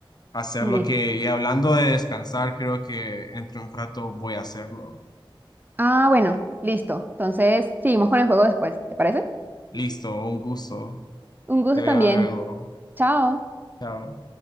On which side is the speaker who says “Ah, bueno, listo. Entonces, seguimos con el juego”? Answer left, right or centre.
Right